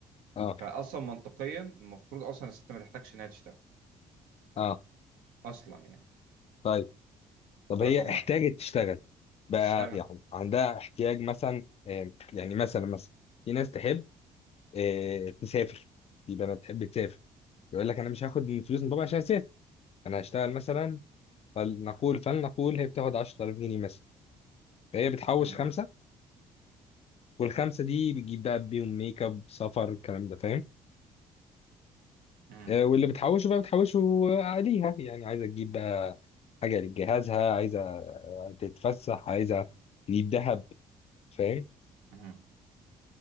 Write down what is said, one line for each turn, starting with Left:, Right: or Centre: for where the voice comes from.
Left: اه
Right: فاصلا منطقيا المفروض اصلا الست ما تحتاجش انها تشتغل
Left: اه
Right: اصلا يعني
Left: طيب طب
Right: ده
Left: هي
Right: رقم
Left: احتاجت
Right: واحد
Left: تشتغل بقى
Right: تشتغل
Left: يعني عندها احتياج مثلا آه، يعني مثلا مثلا في ناس تحب آه، تسافر في بنات تحب تسافر يقول لك انا مش هاخد من فلوس من بابا عشان اسافر انا هشتغل مثلا فلنقول فلنقول هي بتاخد 10000 جنيه مثلا فهي بتحوش
Right: مم.
Left: خمسه والخمسه دي بتجيب بقى بيهم ميك اب سفر الكلام ده فاهم
Right: مم.
Left: آه، واللي بتحوشه بقى بتحوشه عليها يعني عايزه تجيب بقى حاجه لجهازها عايزه تتفسح عايزه تجيب ذهب فاهم
Right: مم.